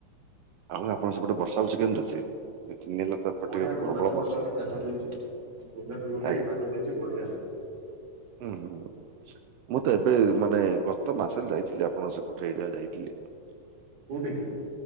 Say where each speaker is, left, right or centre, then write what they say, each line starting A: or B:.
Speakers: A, on the right (about 85°); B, on the right (about 55°).
A: ଆଉ ଆପଣ ସ ସେପଟେ ବର୍ଷା ବର୍ଷି କେମିତି ଅଛି ଦି ତିନି ହେଲା ତ ଏପଟେ
B: ବଢିଆ
A: ଟିକେ
B: ଗୋଲାପି
A: ପ୍ରବଳ ବର୍ଷା
B: ଗୋଲାପି
A: ହଉଛି
B: ପାଗଦେଇଛି, ଗୋଲାପି ଗୋଲେଇ
A: ଆଜ୍ଞା
B: ପାଗ ଦେଇଛି ବଢିଆ।
A: ହୁଁ -ହୁଁ -ହୁଁ ମୁଁ ତ ଏବେ ମାନେ ଗତ ମାସରେ ଯାଇଥିଲି ଆପଣ ସେପଟେ ଏରିଆ ଯାଇଥିଲି।
B: କୋଉଠି କି?